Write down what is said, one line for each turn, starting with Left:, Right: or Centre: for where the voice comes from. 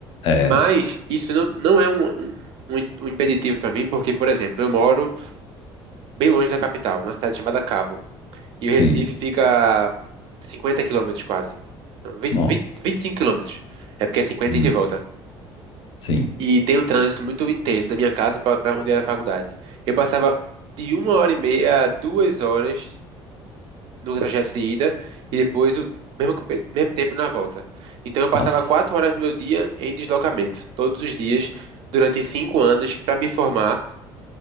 Left: É,
Right: Mas isso não, não é um, um, um im- um impeditivo para mim, porque, por exemplo, eu moro bem longe da capital, numa cidade chamada Cabo. E o
Left: sim.
Right: Recife fica a 50 quilômetros quase. Não, 20,
Left: Não.
Right: 20, 25 quilômetros. É porque é 50
Left: Hum,
Right: e de volta.
Left: sim.
Right: E tem um trânsito muito intenso da minha casa para onde era a faculdade. Eu passava de uma hora e meia a duas horas no trajeto de ida e depois o mesmo, que- mesmo tempo na volta. Então eu passava
Left: Nossa.
Right: quatro horas do meu dia em deslocamento, todos os dias, durante cinco anos, para me formar,